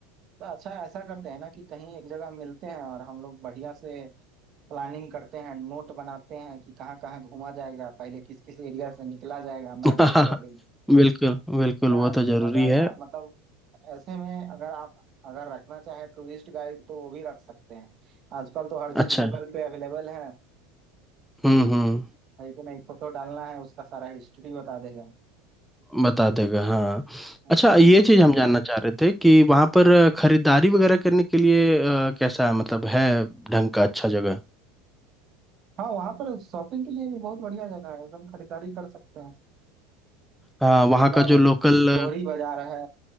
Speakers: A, on the right (about 45°); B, in the centre.
A: तो अच्छा ऐसा करते हैं ना कि कहीं एक जगह मिलते हैं और हम लोग बढ़िया से प्लानिंग करते हैं नोट बनाते हैं कि कहाँ कहाँ घूमा जाएगा पहले किस किस एरिया से निकला जाएगा
B: हम्म <laughs>
A: मैप के अकॉर्डिंग
B: बिल्कुल बिल्कुल
A: क्या
B: वो तो
A: तो
B: जरूरी
A: मजा आएगा
B: है
A: मतलब ऐसे में अगर आप अगर रखना चाहे टूरिस्ट गाइड तो वो भी रख सकते हैं आजकल तो हर चीज
B: अच्छा
A: गूगल पे अवेलेबल है
B: हम्म हम्म
A: है कि नहीं फोटो डालना है उसका सारा हिस्ट्री बता देगा
B: बता देगा हाँ
A: है
B: अच्छा
A: कि
B: ये
A: नहीं
B: चीज़ हम जानना चाह रहे थे कि वहाँ पर खरीदारी वगैरह करने के लिए अ, कैसा है मतलब है ढंग का अच्छा जगह
A: हाँ वहां पर शॉपिंग के लिए भी बहुत बढ़िया जगह है एकदम खरीदारी कर सकते हैं
B: हाँ वहाँ
A: मतलब
B: का जो लोकल
A: जोड़ी बाजार है